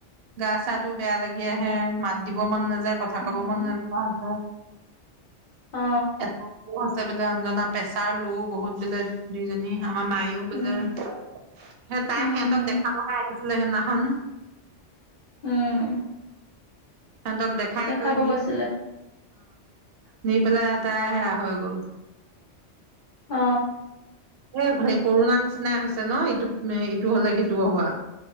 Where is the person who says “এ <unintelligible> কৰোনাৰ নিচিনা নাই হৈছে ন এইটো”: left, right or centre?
Right